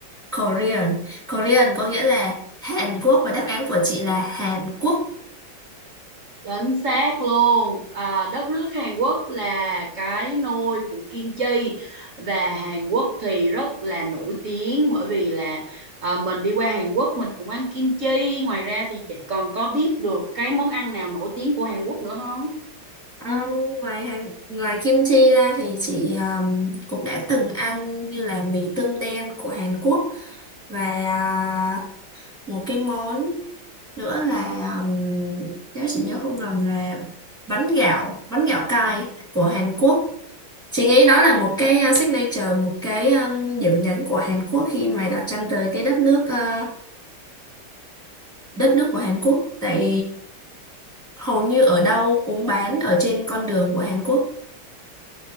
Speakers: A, in the centre; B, on the right (about 45°).
A: Korean. Korean có nghĩa là Hàn Quốc và đáp án của chị là Hàn Quốc.
B: Chính xác luôn. À, đất nước Hàn Quốc là cái nôi của kim chi và Hàn Quốc thì rất là nổi tiếng bởi vì là à, mình đi qua Hàn Quốc mình cũng ăn kim chi. Ngoài ra thì chị còn có biết được cái món ăn nào nổi tiếng của Hàn Quốc nữa không?
A: Ừm, ngoài Hàn, ngoài kim chi ra thì chị ừm, cũng đã từng ăn như là mì tương đen của Hàn Quốc và à, một cái món nữa là ừm, nếu chị nhớ không lầm là bánh gạo, bánh gạo cay của Hàn Quốc. Chị nghĩ đó là một cái uh, signature, một cái um, điểm nhấn của Hàn Quốc khi mà đặt chân tới cái đất nước uh, đất nước của Hàn Quốc. Tại hầu như ở đâu cũng bán ở trên con đường của Hàn Quốc.